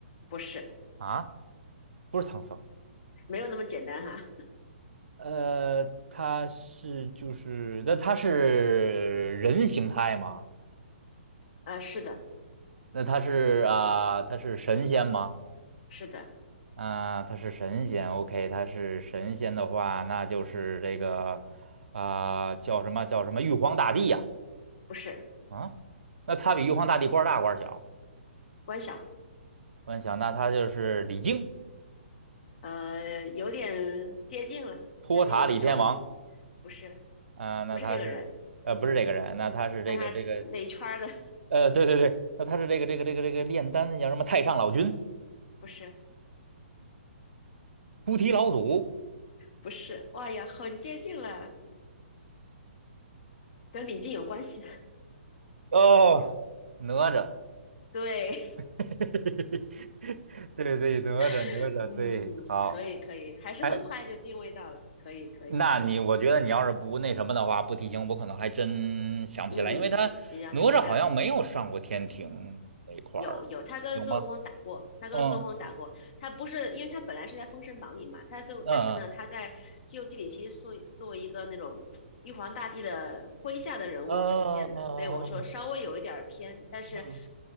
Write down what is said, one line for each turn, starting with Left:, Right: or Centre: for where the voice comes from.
Left: 不是，
Right: 啊，不是唐僧，
Left: 没有那么简单哈，
Right: 呃，他是就是，那他是人形态吗？
Left: 呃，是的，
Right: 那他是啊、他是神仙吗？
Left: 是的，
Right: 啊、他是神仙，OK，他是神仙的话，那就是这个啊、叫什么叫什么玉皇大帝呀、
Left: 不是，
Right: 啊？那他比玉皇大帝官儿大官儿小，
Left: 关晓，
Right: 官小，那他就是李靖，
Left: 呃，有点接近了，
Right: 托塔李天王，
Left: 在那个宇宙里，不是，
Right: 啊、那他是呃不是这个人，
Left: 不是这个人，嗯，
Right: 那他是这个这个
Left: 但他那一圈儿的，
Right: 呃，对对对，那他是这个这个这个这个炼丹的叫什么太上老君，
Left: 不是，
Right: 菩提老祖
Left: 不是，哇呀，很接近了，跟李靖有关系的，
Right: 哦，哪吒，
Left: 对，
Right: <laughs> 对对，哪吒哪吒，
Left: <laughs> 嗯，
Right: 对，好，
Left: 可以，可以，还是很快就定位到了，
Right: 哎，
Left: 可以，可以。
Right: 那你我觉得你要是不那什么的话，不提醒我，可能还真想不起来，
Left: 嗯，
Right: 因为他哪吒好像没有上过天庭那一块儿的，
Left: 比较难拆。有有，他跟孙悟空打过，
Right: 有吗？
Left: 他跟孙悟空打过。
Right: 嗯
Left: 他不是，因为他本来是在《封神榜》里嘛，他就但是呢，
Right: 嗯嗯
Left: 他在《西游记》里其实作为作为一个那种玉皇大帝的麾下的人物出现的，
Right: 嗯嗯
Left: 所以我说稍微有一点儿偏，但是，
Right: 嗯嗯